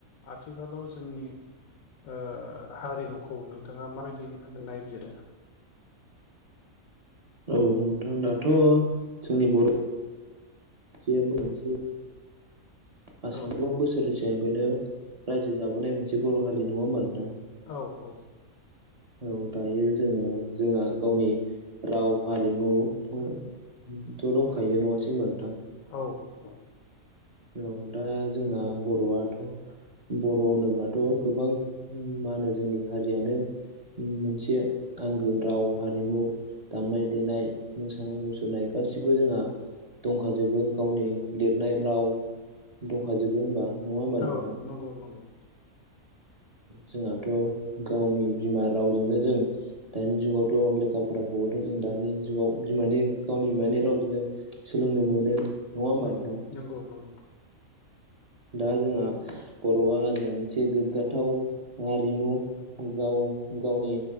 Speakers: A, on the left; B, on the right.
A: आथिखालाव जोंनि ओ हारिमुखौ नोंथाङा माबायदि नायबिजिरो?
B: औ नोंथां दाथ' जोंनि बर' जे मोनसे आसाम
A: औ
B: गोबां बोसोरनि सिगांफ्रायनो रायजो जाबोनाय मोनसे बर' हारि नङा होमबा नोंथां?
A: औ औ
B: औ दायो जोङो जोंहा गावनि राव हारिमुमो <unintelligible> थ' दंखायो नङासै होमबा नोंथां?
A: औ औ
B: औ दा जोंना बर'आथ' बर' होनोब्लाथ' गोबां मा होनो जोंनि हारियानो मोनसे आंगो राव हारिमु दामनाय देनाय मोसानाय मुसुरनाय गासिबो जोंहा दंखाजोबो गावनि लिरनाय राव दंखाजोबो होमबा नङा होमबा नोंथां
A: औ नंगौ नंगौ
B: जोंहाथ' गावनि बिमा रावजोंनो जों दानि जुगावथ' लेखा फाराखौबो थ' जों दानि जुगाव बिमानि गावनि बिमानि रावजोंनो सोलोंनो मोनो। होमबा
A: ओ
B: नोंथां
A: नंगौ नंगौ
B: दा जोंहा बर' हारिया मोनसे गोग्गाथाव हारिमु गाव गावनि